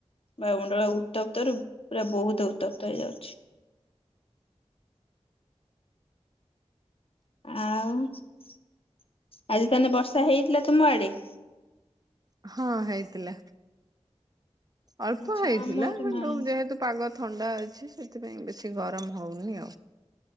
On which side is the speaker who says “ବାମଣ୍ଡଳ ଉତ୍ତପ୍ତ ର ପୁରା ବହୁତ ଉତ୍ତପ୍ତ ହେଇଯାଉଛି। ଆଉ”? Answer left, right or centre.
Left